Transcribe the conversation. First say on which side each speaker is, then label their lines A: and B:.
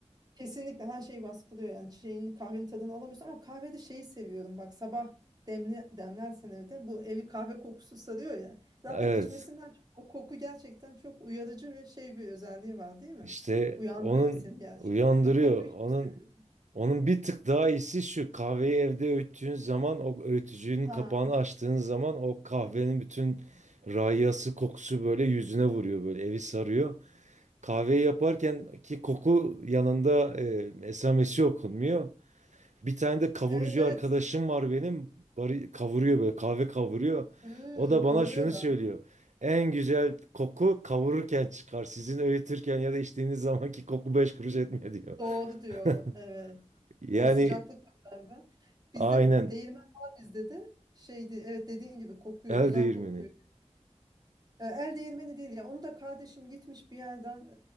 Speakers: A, on the right; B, on the right.
A: Kesinlikle her şey baskılıyor yani şeyin kahvenin tadını alamıyorsun ama kahvede şeyi seviyorum bak sabah demli demlersen evde bu evi kahve kokusu sarıyor ya zaten
B: Evet.
A: içmesinden çok, o koku gerçekten çok uyarıcı ve şey bir özelliği var değil mi?
B: İşte
A: Uyandırıyor
B: onun
A: seni gerçekten
B: uyandırıyor.
A: o kokuyu
B: Onun
A: çok seviyorum.
B: onun bir tık daha iyisi şu. Kahveyi evde öğüttüğün zaman o öğütücünün
A: Ha
B: kapağını açtığın zaman o kahvenin bütün rayası kokusu böyle yüzüne vuruyor böyle evi sarıyor. Kahveyi yaparken ki koku yanında e, esamesi okunmuyor. Bir tane de kavurucu
A: evet evet
B: arkadaşım var benim. Bari, kavuruyor böyle kahve kavuruyor.
A: hmm,
B: O da
A: kavuruyor
B: bana şunu
A: da
B: söylüyor. En güzel koku kavururken çıkar. Sizin öğütürken ya da içtiğiniz zamanki koku beş kuruş etmiyor diyor.
A: doğru diyor
B: <laughs>
A: evet
B: Yani
A: o sıcaklık beraber bizde
B: aynen
A: değirmen var bizde de şeydi evet dediğin gibi kokuyor
B: el
A: güzel
B: değirmeni.
A: kokuyor. E, El değirmeni değil ya. Onu da kardeşim gitmiş bir yerden